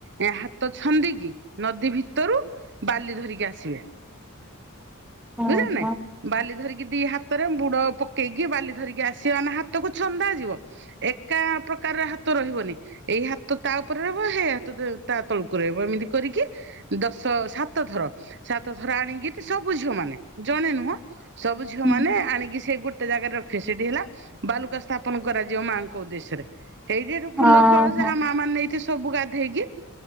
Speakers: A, on the right; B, in the centre.
A: ଏ ହାତ ଛନ୍ଦିକି ନଦୀ ଭି ଭିତରୁ ବାଲି ଧରିକି ଆସିବେ।
B: ହଁ
A: ବୁଝିଚ ନା ନାଇଁ?
B: ହଁ
A: ବାଲି ଧରିକି ଦି ହା ହାତରେ ବୁଡ଼ ପକେଇକି ବାଲି ଧରିକି ଆସିବେ ମାନେ ହାତକୁ ଛନ୍ଦା ଯିବ। ଏକା ପ୍ରକାରର ହାତ ରହିବନି। ଏଇ ହାତ ତା ଉପରେ ରହିବ। ହେଇ ହାତ ତା ତଳକୁ ରହିବ। ଏମିତି କରିକି ଦଶ ସାତ ଥର, ସାତ ଥର ଆଣିକି ସବୁ ଝିଅ ମାନେ ଜଣେ ନୁହଁ ସବୁ ଝିଅ
B: ହଁ।
A: ମାନେ ଆଣିକି ସେ ଗୋଟେ ଜାଗାରେ ରଖିବେ। ସେଇଠି ହେଲା ବାଲୁକା ସ୍ଥାପନ କରାଯିବ ମାଆଙ୍କ ଉଦ୍ଦେଶ୍ୟରେ। ହେଇଠି ସେଠୁ
B: ହଁ
A: ଫୁଲ ଫଳ
B: ହଁ
A: ଯାହା ମାଆ ମାନେ ନେଇଥିବେ ସବୁ ଗାଧେଇକି,